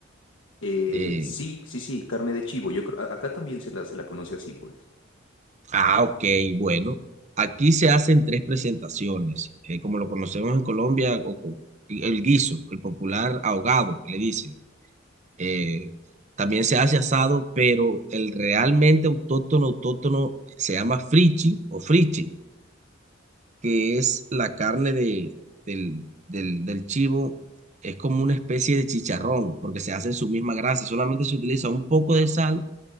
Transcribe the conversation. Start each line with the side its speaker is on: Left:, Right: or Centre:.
Left: Eh,
Right: Eh,
Left: sí, sí, sí, carne de chivo. Yo creo- a- acá también se la, se la conoce así, pues.
Right: ah, ok, bueno. Aquí se hacen tres presentaciones, eh, como lo conocemos en Colombia, o con el guiso, el popular ahogado, que le dicen. Eh, también se hace asado, pero el realmente autóctono, autóctono se llama frichi o friche, que es la carne de, del, del, del chivo. Es como una especie de chicharrón, porque se hace en su misma grasa, solamente se utiliza un poco de sal